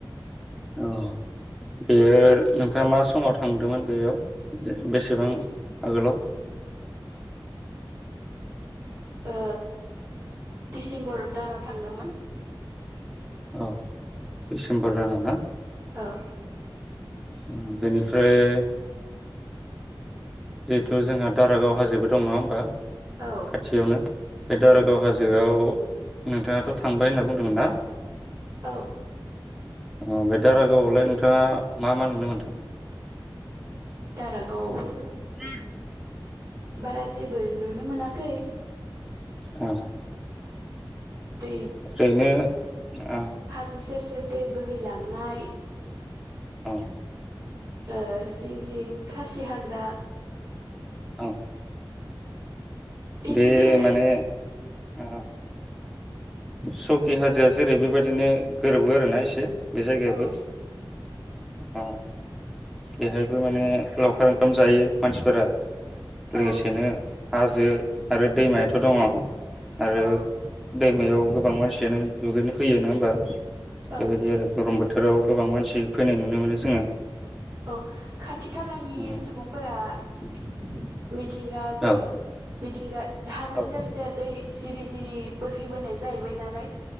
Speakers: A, in the centre; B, on the right.
A: औ बेयो नोंथाङा मा समाव थांदोंमोन बेयाव बेसेबां आगोलाव
B: ओ दिसेम्बर दानाव थांदोंमोन।
A: औ डिसेम्बर दानाव ना?
B: औ
A: ओ बेनिफ्राय जिहेथु जोंहा दारागाव हाजोबो दं नङा होमबा।
B: औ
A: खाथियावनो बे
B: उम
A: दारागाव हाजोआव नोंथाङाथ' थांबाय होनना बुंदोंमोन ना?
B: औ
A: अ बे दारागावआवलाय नोंथाङा मा मा नुनो मोन्दों।
B: दारागावआवबो
A: ह <inaudible>
B: बारा जेबो नुनो मोनाखै
A: औ
B: दै
A: ओरैनो औ
B: हाजो सेर सेर दै बोहैलांनाय
A: औ
B: ओ जिं जिं खासि हाग्रा
A: औ
B: बेनोसै
A: बे
B: आरो
A: माने औ सकि हाजोआ जेरै बेबायदिनो गोरोबो आरोना एसे। बे जायगायाबो
B: औ
A: अ बेहायबो माने लावखार ओंखाम जायो मानसिफोरा लोगोसेनो
B: औ
A: हाजो आरो दैमायाथ' दङ। आरो
B: औ
A: दैमायाव गोबां मानसि बिनो दुगैनो फैयो नङा होमबा।
B: ओं
A: बेबायदि आरो गरम बो थोराव गोबां मानसि फैनाय नुनो मोनो जोङो।
B: औ खाथि खालानि
A: उम
B: सुबुंफोरा <unintelligible> मिथिंगाजों
A: औ
B: मिथिंगा हाजो
A: औ
B: सेर सेर दै जिरि जिरि बोहैबोनाय जाहैबाय नालाय